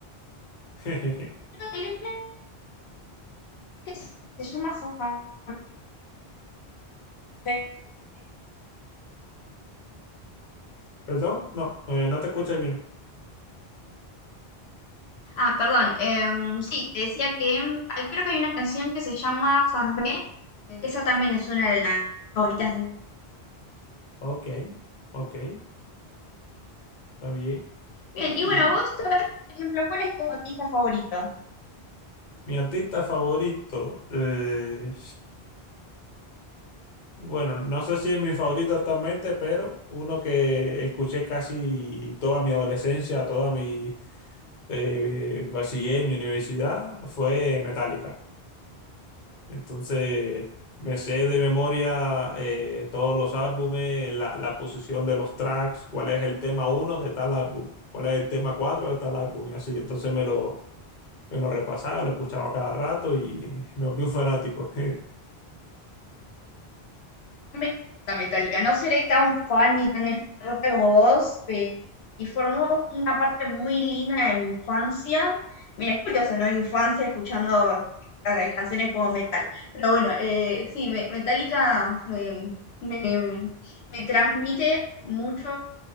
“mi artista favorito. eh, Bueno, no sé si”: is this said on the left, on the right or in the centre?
Left